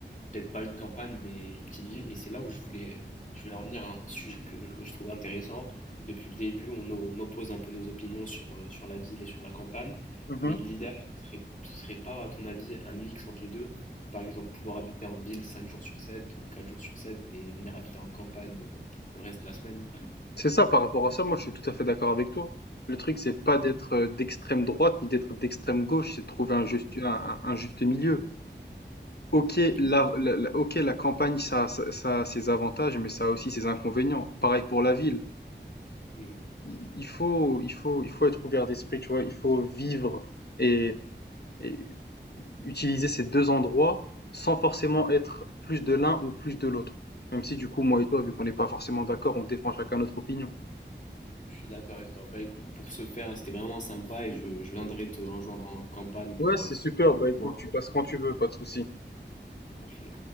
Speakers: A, on the left (about 45°); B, on the left (about 60°).
A: peut-être pas une campagne, mais une petite ville. Et c'est là où je voulais, je voulais en venir à un sujet que je, que je trouve intéressant. Depuis le début, on, o- on oppose un peu nos opinions sur, euh, sur la ville et sur la campagne.
B: Mhm.
A: Mais l'idéal, ce serait, ce serait pas, à ton avis, un mix entre les deux? Par exemple, pouvoir habiter en ville 5 jours sur 7 ou 4 jours sur 7 et venir habiter en campagne euh, le reste de la semaine.
B: C'est ça, par rapport à ça, moi je suis tout à fait d'accord avec toi. Le truc, c'est pas d'être euh, d'extrême droite ni d'être d'extrême gauche, c'est de trouver un juste, un, un- un juste milieu. Ok,
A: Exact.
B: la, la- la- ok, la campagne, ça, ça, ça a ses avantages, mais ça a aussi ses inconvénients. Pareil pour la ville.
A: Mm.
B: Il, il faut, il faut, il faut être ouvert d'esprit, tu vois. Il faut vivre et, et utiliser ces 2 endroits sans forcément être plus de l'un ou plus de l'autre. Même si du coup, moi et toi, vu qu'on n'est pas forcément d'accord, on défend chacun notre opinion.
A: Je suis d'accord avec toi. Bah écoute, pour ce faire, c'était vraiment sympa et je, je viendrai te rejoindre en campagne pour
B: Ouais, c'est
A: euh,
B: super. Bah écoute,
A: voir.
B: tu passes quand tu veux, pas de souci.
A: Parfait.